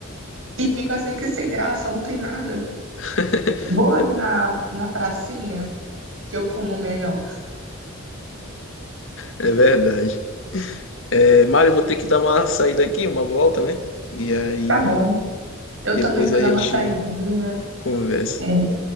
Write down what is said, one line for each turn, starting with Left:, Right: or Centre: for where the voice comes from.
Right: E fica assim, que sem graça, não tem nada.
Left: <laughs>
Right: Vou ali
Left: É
Right: na, na pracinha, que eu como melhor.
Left: é verdade. É, Mário, vou ter que dar uma saída aqui, uma volta, né? E aí
Right: Tá bom. Eu
Left: depois
Right: também vou
Left: a
Right: dar
Left: gente
Right: uma saidinha.
Left: conversa.
Right: é,